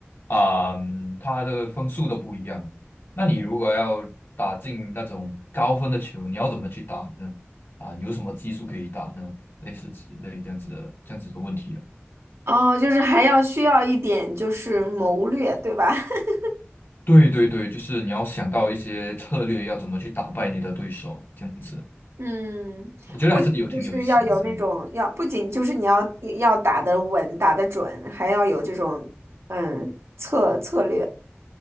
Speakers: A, on the left; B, on the right.
A: 啊、嗯它的分数都不一样。那你如果要打进那种高分的球，你要怎么去打呢？啊、有什么技术可以打呢？类似之类这样子的这样子的问题。啊。
B: 哦，就是还要需要一点就是谋略，对吧？<laughs>
A: 对对对，就是你要想到一些策略，要怎么去打败你的对手，这样子，
B: 嗯，
A: 我觉得还是有挺有意思的。
B: 不仅就是要有那种要，
A: 对，
B: 不仅就是你要要打得稳、打得准，还要有这种嗯策策略。